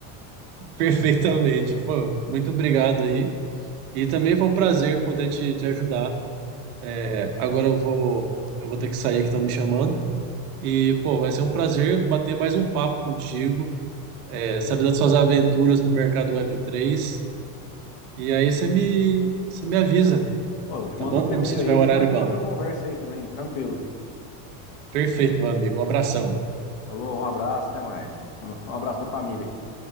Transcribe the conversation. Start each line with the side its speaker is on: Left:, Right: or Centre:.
Right: <laughs> perfeitamente. Pô, muito obrigado aí. E também foi um prazer poder te, te ajudar. É, Agora eu vou, eu vou ter que sair que estão me chamando. E, pô,
Left: <laughs>
Right: vai ser um prazer bater mais um papo contigo. é, sabe das suas aventuras no mercado Web3. E aí você me, você me avisa,
Left: Pô, eu te
Right: tá
Left: mando
Right: bom?
Left: outro
Right: Como
Left: e-mail
Right: se tiver
Left: aí, a gente
Right: um horário
Left: marca
Right: bom.
Left: uma outra conversa aí também, tranquilo.
Right: Perfeito, meu amigo. Um abração.
Left: Falou, um abraço, até mais. Um abraço pra família aí.